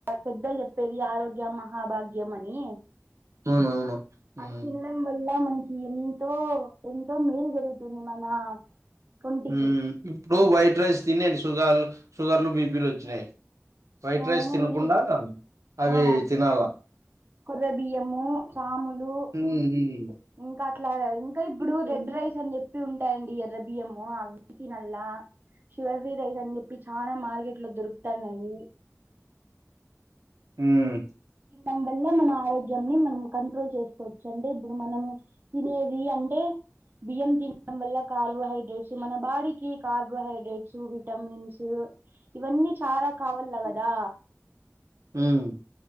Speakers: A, on the right; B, on the right.
A: పెద్దలు చెప్పేది ఆరోగ్యం మహాభాగ్యంమని
B: అవునవును. హ్మ్.
A: అ తినడం వల్ల మన ఎంతో ఎంతో మేలు జరుగుతుంది మన ఒంటికి
B: మ్మ్ మ్మ్ ఇప్పుడు వైట్ రైస్ తినే షుగర్ షుగర్లు బిపిలు వచ్చినాయి వైట్ రైస్
A: అవునండి
B: తినకుండా అవి
A: ఆ
B: తినాల.
A: కొర్ర బియ్యము సాములు
B: హ్మ్.
A: ఇంకా అట్లా ఇంకా ఇప్పుడు
B: హ్మ్.
A: రెడ్ రైస్ అని చెప్పి ఉంటాయి ఇది ఎర్ర బియ్యం నల్ శివశ్రీ రైస్ అ చెప్పి చానా మార్కెట్ లో దురుకుతానయి
B: మ్మ్
A: టం వల్ల మన ఆరోగ్యం మనం కంట్రోల్ చేసుకోవచ్చు అంటే ఇప్పుడు మనం తినేది అంటే బియ్యం తినడం వల్ల కార్బోహైడ్రేట్స్ మన బాడీకి కార్బోహైడ్రేట్స్ విటమిన్స్ ఇవి అన్ని చాలా కావల్లా కదా
B: మ్మ్